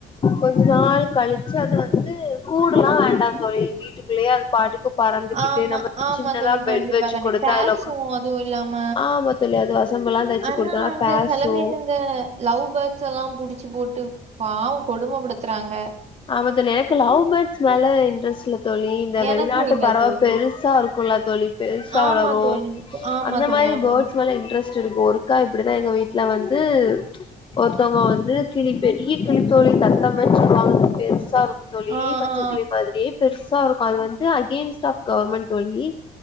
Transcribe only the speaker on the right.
ஆமா,
ஆமா
தோழி.
கண்டிப்பா,
கண்டிப்பா.
பேர்ஸும்
அதுவும் இல்லாம
ஆனா
அந்த
சில பேர் இந்த லவ் பேர்ட்ஸ்ஸெல்லா புடிச்சி போட்டு பாவோ கொடுமப்படுத்துறாங்க
எனக்கும் இல்ல
தோழி.
ஆமா
தோழி. ஆமா
தோழி,
ஆமா.
ஆ,
ஆ.